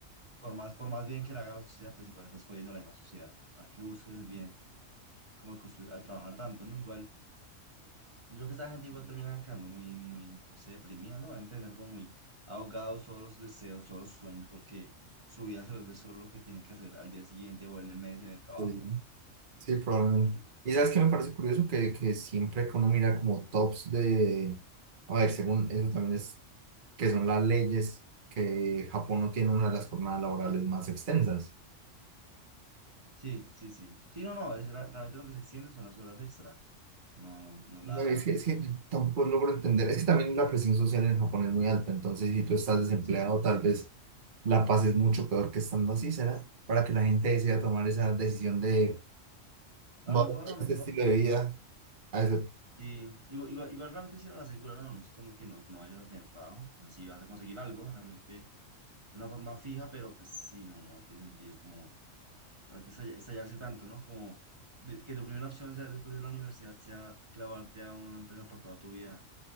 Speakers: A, on the right; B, on the right.
A: por más, por más bien que le haga la sociedad, pues igual estás jodiendo la misma sociedad. A la que buscas el bien, como de construir, al trabajar tanto, ¿no? Igual, yo creo que esta gente igual termina quedando muy, muy, no sé, deprimida, ¿no? Deben tener como muy ahogados todos los deseos, todos los sueños, porque su vida se vuelve solo lo que tiene que hacer al día siguiente o en el mes en el trabajo,
B: Sí,
A: ¿no?
B: sí, probablemente.
A: Yo-
B: Y sabes que me parece curioso que, que siempre que uno mira como tops de. A ver, según eso también es que son las leyes, que Japón no tiene una de las jornadas laborales más extensas.
A: sí, sí, sí. Sí, no, no, es, ra- realmente lo que se extiende son las horas extra, no, no
B: No,
A: la...
B: es que, es que tampoco logro entender. Es que también la presión social en Japón es muy alta. Entonces, si tú estás desempleado,
A: Sí.
B: tal vez la pases mucho peor que estando así, ¿será? Para que la gente decida tomar esa decisión de
A: A
B: voy
A: lo
B: a
A: mejor,
B: adoptar
A: a lo
B: este
A: mejor.
B: estilo de vida. A eso-
A: Sí, igual, igual, igual realmente sí la aseguraron, no No es como que no, no vayas a tener trabajo, o sea, si vas a conseguir algo, realmente de una forma fija, pero pues sí, no, no tiene sentido como realmente estall- estallarse tanto, ¿no? Como de- que tu primera opción sea después de la universidad, sea clavarte a una empresa por toda tu vida,